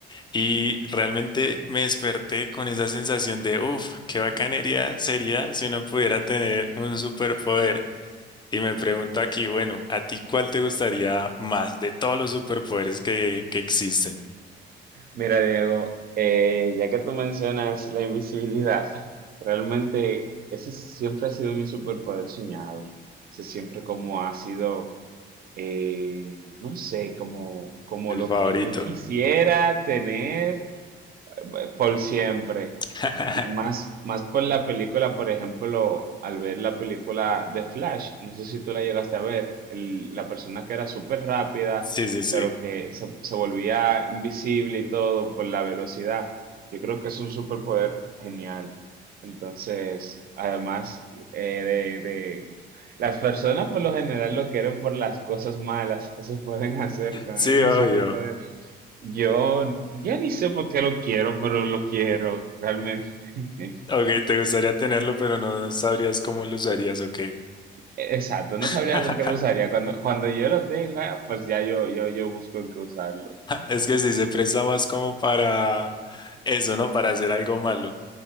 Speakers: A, on the left (about 20°); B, on the right (about 50°).
A: y realmente me desperté con esa sensación de, uff, qué bacanería sería si uno pudiera tener un superpoder. Y me pregunta aquí, bueno, ¿a ti cuál te gustaría más de todos los superpoderes que, que existen?
B: Mira, Diego, eh, ya que tú mencionas la invisibilidad, realmente ese siempre ha sido mi superpoder soñado. O siempre como ha sido, eh, no sé, como, como
A: El
B: lo
A: favorito.
B: que yo quisiera tener eh, por siempre.
A: <laughs>
B: Y más, más por la película, por ejemplo, al ver la película de Flash, no sé si tú la llegaste a ver, el- la persona que era súper rápida,
A: Sí, sí, sí.
B: pero que se, se volvía invisible y todo por la velocidad. Yo creo que es un superpoder genial. Entonces, además eh, de, de- las personas por lo general lo quieren por las cosas malas que se pueden hacer con
A: Sí,
B: ese
A: obvio.
B: superpoder. Yo ya ni sé por qué lo quiero, pero lo quiero realmente. <laughs>
A: Ok, te gustaría tenerlo, pero no sabrías cómo lo usarías o qué.
B: E-, Exacto, no
A: <laughs>
B: sabría con qué lo usaría. Cuando, cuando yo lo tenga, pues ya yo, yo, yo busco en qué usarlo.
A: Es que sí se presta más como para eso, ¿no? Para hacer algo malo.